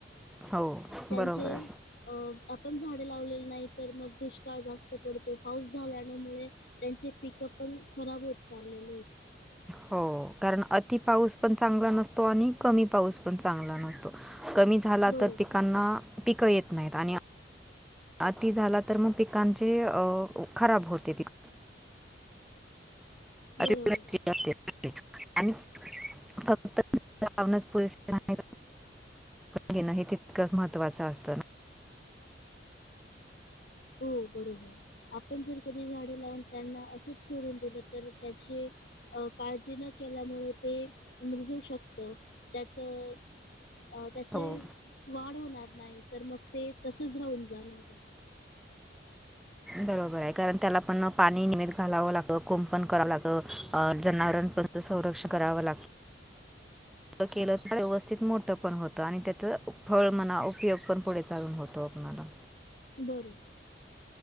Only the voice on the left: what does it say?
त्यांचे
अ आपण झाड लावलेले नाही तर मग दुष्काळ जास्त पडत तो पाऊस झाल्यानमुळे त्यांचे पिक पण खराब होत चाललेले होते.
बरोबर
बरोबर
हो बरोबर आपण जर कधी झाडे लावून त्यांना असंच सोडून दिलं. तर त्याची काळजी न केल्यामुळे ते मुरजू शकत त्याच अ त्याचे
वाढ होणार नाही तर मग ते तसच राहून जाणार आहे.
<inaudible>
बरोबर.